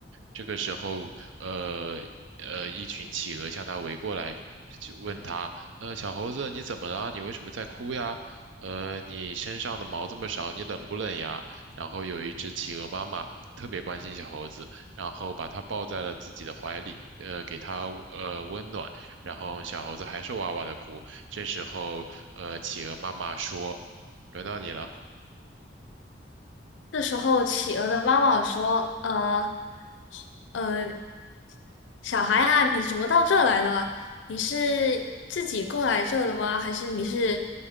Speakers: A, on the right; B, on the left.
A: 这个时候，呃呃，一群企鹅向它围过来，就问它，呃，小猴子，你怎么了？你为什么在哭呀？呃，你身上的毛这么少，你冷不冷呀？然后有一只企鹅妈妈特别关心小猴子，然后把它抱在了自己的怀里，呃，给它呃温暖，然后小猴子还是哇哇的哭。这时候，呃，企鹅妈妈说：“轮到你了，
B: 这时候，企鹅的妈妈说：“呃，呃，小孩啊，你怎么到这来了？你是自己过来这的吗？还是你是